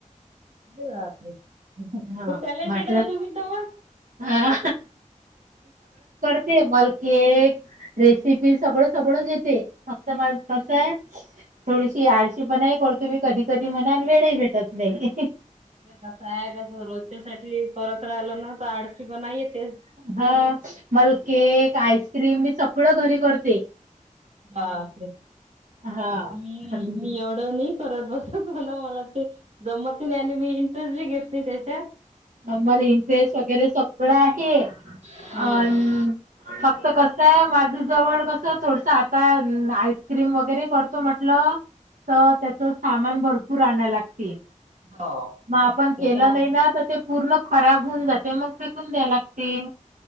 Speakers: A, on the right; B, on the right.
A: <unintelligible> तो
B: हा
A: टॅलेंटेड
B: माझ्या
A: हात तुम्ही त हात.
B: हा टेबल केक रेसिपी सगळं सगळंच येते. फक्त माला कसाय? थोडीशी आळशी पणाही करतो मी कधी कधी मनान वेळही भेटत नाही.
A: कस आहे कसं रोजच्यासाठी परत राहिलं ना तर आडशी पणा येतेच.
B: हा मला केक आईस्क्रीम मी सगळं घरी करते.
A: बापरे
B: हा.
A: मी
B: आणि
A: मी एवढं नाही करत बसत तुला मला- - ते जमत नाही आणि मी इंटरेस्ट बी घेत नाही त्याच्यात-
B: मला इंटरेस्ट वगैरे सगळं आहे.
A: हा
B: आणि फक्त कस का माझं जवळ कस थोडस आता आईस्क्रीम वगैरे करतो म्हटलं. तर त्याच सामान भरपूर आणाय लागती.
A: हो.
B: म आपण
A: ते
B: केलं
A: तर आहे
B: नाही ना तर ते पूर्ण खराब होऊन जाते मग- - फेकून द्यायला लागते,